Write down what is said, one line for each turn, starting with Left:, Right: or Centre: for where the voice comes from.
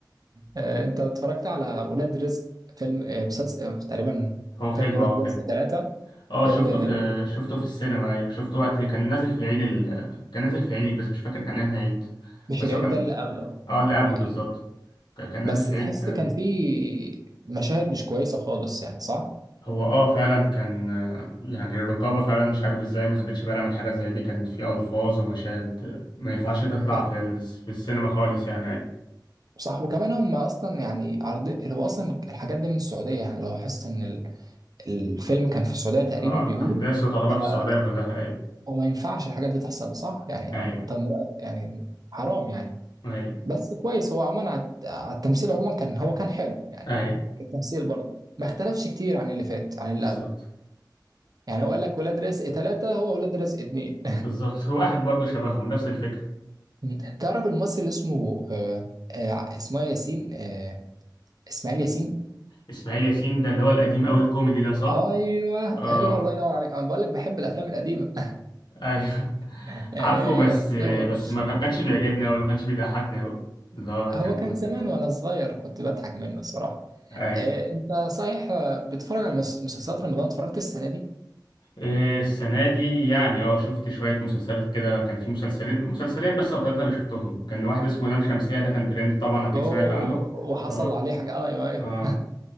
Right: آه، انت اتفرجت على ولاد رزق فيلم آه، مسلسل آه، تقريبا
Left: هو فيلم
Right: فيلم ولاد
Left: اه فيلم
Right: رزق ثلاثة
Left: اه
Right: فيلم
Left: شفته
Right: آه،
Left: في شفته في السينما ايوه شفته وقت كان نازل في العيد ال... كان نازل في العيد بس مش فاكر كان انهي عيد
Right: مش
Left: بس
Right: العيد
Left: هو كان
Right: ده اللي قبله
Left: اه اللي قبله بالظبط
Right: ال-
Left: ك- كان نازل
Right: بس
Left: في
Right: تحس
Left: العيد
Right: كان فيه مشاهد مش كويسة خالص يعني صح؟
Left: هو اه فعلا كان آه، يعني الرقابة فعلا مش عارف ازاي ما خدتش بالها من حاجات زي دي كان في ألفاظ ومشاهد ما ينفعش تطلع
Right: صح
Left: في, ال... في السينما خالص يعني ايوه
Right: صح وكمان هم اصلا يعني عرض هو اصلا الحاجات دي من السعودية يعني لو حس ان ال- الفيلم كان في السعودية تقريبا
Left: اه
Right: بيقولوا
Left: أحداثه تعتبر
Right: فهو
Left: في السعودية كلها ايوه
Right: ما ينفعش الحاجات دي تحصل صح؟ يعني
Left: ايوه
Right: آه، انت من رأيك يعني حرام يعني
Left: ايوه
Right: بس كويس هو عموما على على التمثيل عموما كان هو كان حلو يعني
Left: ايوه
Right: التمثيل برضه ما اختلفش كتير عن اللي فات عن اللي
Left: بالظبط
Right: قبله يعني هو قال لك ولاد رزق ثلاثة هو ولاد رزق اتنين
Left: بالظبط هو واحد برضه شبههم نفس الفكرة
Right: <laughs> تعرف الممثل اللي اسمه آه آه اسمه إيه؟ ياسين آه اسماعيل ياسين
Left: إسماعيل ياسين ده اللي هو القديم أوي الكوميدي ده صح؟
Right: ايوه
Left: اه
Right: ايوه الله ينور عليك انا بقول لك بحب الافلام القديمه
Left: ايوه
Right: <laughs> آه
Left: عارفه بس
Right: هو
Left: بس ما كان- ما كانش بيعجبني أوي ما كانش بيضحكني أوي اللي هو
Right: هو
Left: كان
Right: كان زمان
Left: كان
Right: وانا صغير كنت بضحك منه الصراحه
Left: أي
Right: آه انت صحيح آه، بتتفرج على مس- مسلسلات رمضان اتفرجت السنه دي
Left: إيه، السنة دي يعني اه شفت شوية مسلسلات كده كان في مسلسلين مسلسلين بس أو تلاتة اللي شفتهم كان واحد اسمه لام شمسية ده كان ترند طبعا أكيد
Right: اوه
Left: سمعت عنه
Right: وحصل
Left: اه
Right: عليه حاجة آه، ايوه ايوه
Left: اه